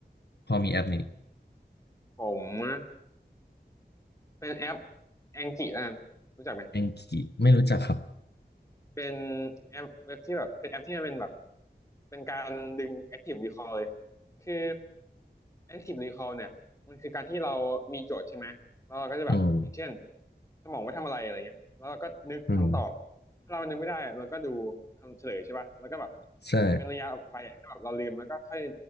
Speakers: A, on the left (about 65°); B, on the left (about 15°).
A: พอมีแอปนี้
B: ผมนะเป็นแอปแองกิแล้วกันรู้จักไหม
A: แองกี้ไม่รู้จักครับ
B: เป็นแอปเว็บที่แบบเป็นแอปที่มันเป็นแบบเป็นการดึง Active Recall เลยคือ Active Recall เนี่ยมันคือการที่เรามีโจทย์ใช่ไหมแล้วเราก็จะแบบอย่างเช่น
A: อืม
B: สมองไว้ทำอะไรอะไรเงี้ยแล้วเราก็นึกคำตอบ
A: อืม
B: ถ้าเรานึกไม่ได้เราก็ดูคำเฉลยใช่ป่ะแล้วก็แบบ
A: ใช่
B: เว้นระยะออกไปให้แบบเราลืมแล้วก็ค่อย